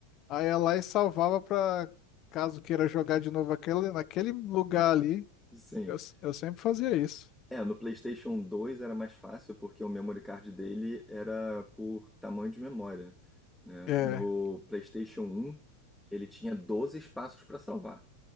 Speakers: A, on the left; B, in the centre.
A: Aí ia lá e salvava pra caso queira jogar de novo aquele, naquele lugar ali.
B: sim.
A: Eu, s- eu sempre fazia isso.
B: É, no PlayStation 2 era mais fácil porque o memory card dele era por tamanho de memória, né?
A: É,
B: No PlayStation 1 ele tinha 12 espaços pra salvar